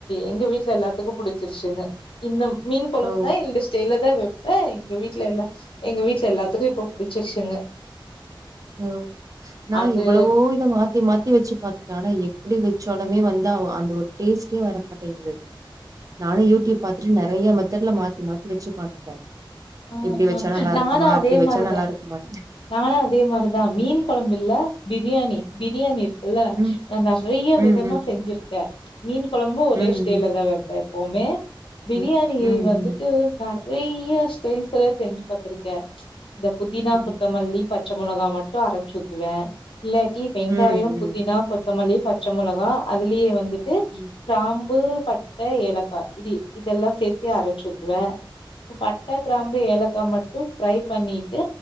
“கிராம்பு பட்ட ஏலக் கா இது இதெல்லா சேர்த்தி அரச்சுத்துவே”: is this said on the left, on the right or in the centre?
Left